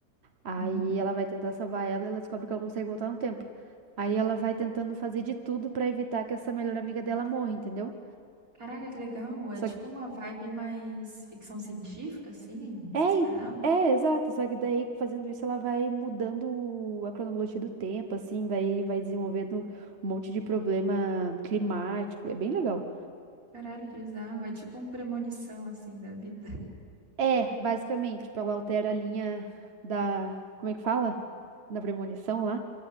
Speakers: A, on the right; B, on the right.
A: Aí
B: Uhum.
A: ela vai tentar salvar ela e ela descobre que ela consegue voltar no tempo. Aí ela vai tentando fazer de tudo pra evitar que essa melhor amiga dela morra, entendeu?
B: Caraca, que legal. É
A: Só
B: tipo uma vibe mais ficção científica, assim,
A: É,
B: essas paradas.
A: en- é, exato. Só que daí, fazendo isso, ela vai mudando a cronologia do tempo, assim, daí vai desenvolvendo um monte de problema climático. É bem legal.
B: Caralho, que bizarro. É tipo um premonição, assim, da vida. <laughs>
A: É, basicamente, tipo, ela altera a linha da. Como é que fala? da premonição lá?